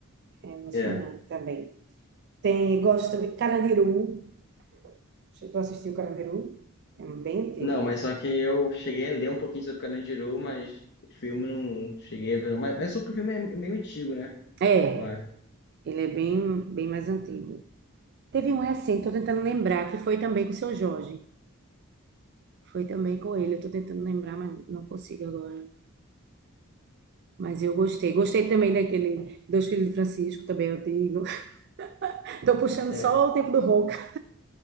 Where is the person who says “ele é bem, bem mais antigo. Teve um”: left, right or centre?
Right